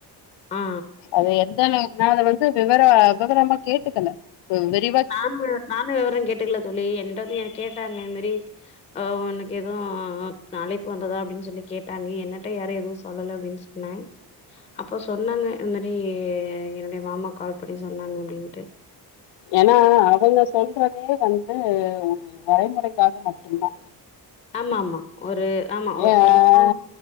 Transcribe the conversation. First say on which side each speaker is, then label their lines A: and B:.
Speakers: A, on the left; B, on the left.
A: ஆ
B: அது எ எந்தனா நா அத வந்து விவர விவரமா கேட்டுக்கல ம் விரி
A: நானு நானு விவரோ கேட்டுக்கல தோழி என்னிட்ட வந்து எ கேட்டாங்க இது மாரி அ ஒனக்கு எதுவு அழைப்பு வந்ததா அப்டின் சொல்லி கேட்டாங்க என்னட்ட யாரு எது சொல்லல அப்டின் சொ ன்னே அப்போ சொன்னாங்க இது மாரி என்னுடைய மாமா கால் பண்ணி சொன்னாங்க அப்டின்ட்டு
B: ஏனா அவுங்க சொல்றதே வந்து ஒரு வரைமுறைக்காக மட்டுந்தா
A: ஆமாமா ஒரு ஆமா ஒரு
B: ஏ
A: சொல்லணு